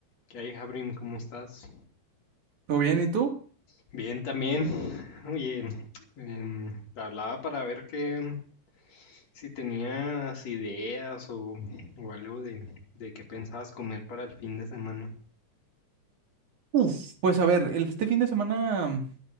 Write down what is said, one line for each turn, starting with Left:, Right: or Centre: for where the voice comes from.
Left: ¿Qué hay, Jabrim? ¿Cómo estás?
Right: ¿Todo bien? ¿Y tú?
Left: Bien, también. Oye, em, te hablaba para ver que em, si tenías ideas o, o algo de, de qué pensabas comer para el fin de semana.
Right: Uf, pues a ver, el, este fin de semana,